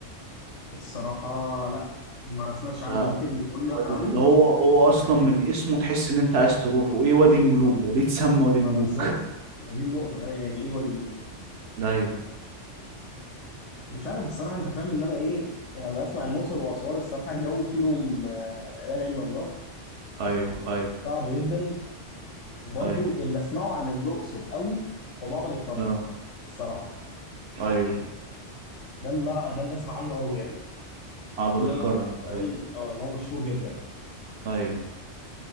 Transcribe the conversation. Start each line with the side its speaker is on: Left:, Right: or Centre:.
Left: الصراحة لا ما سمعتش
Right: ده
Left: عنه ممكن تقول
Right: وادي
Left: لي أكتر عنه
Right: ده هو هو أصلا من اسمه تحس إن أنت عايز تروح وإيه وادي الملوك ده ليه اتسمى وادي
Left: أما
Right: الملوك
Left: بالظبط ما دي النقطة أنا يعني إيه وادي الملوك
Right: ده أيوه
Left: مش عارف الصراحة أنت فاهم إن أنا إيه يعني أنا أسمع الأقصر وأسوان الصراحة الجو فيهم آه، لا إله إلا الله
Right: أيوه أيوه
Left: صعب جدا وبرضه
Right: أيوه
Left: اللي أسمعه عن الأقصر قوي هو معبد الكرنك
Right: أه
Left: الصراحة
Right: أيوه
Left: ده اللي ده اللي أسمع عنه قوي يعني
Right: معبد
Left: ده اللي
Right: الكرنك
Left: أنا أظن
Right: أيوه
Left: آه إن هو مشهور جدا
Right: أيوه